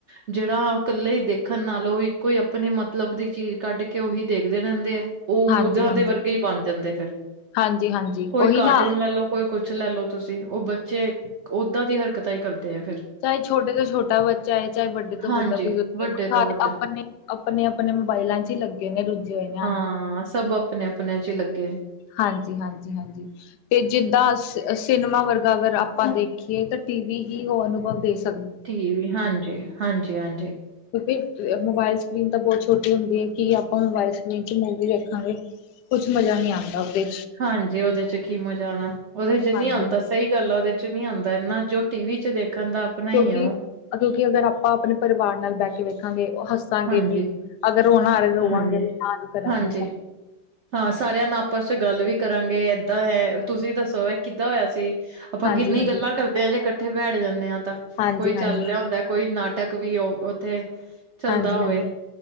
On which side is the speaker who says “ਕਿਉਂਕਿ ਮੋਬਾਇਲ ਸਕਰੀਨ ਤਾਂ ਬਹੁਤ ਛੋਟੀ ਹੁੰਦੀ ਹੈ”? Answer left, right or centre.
Left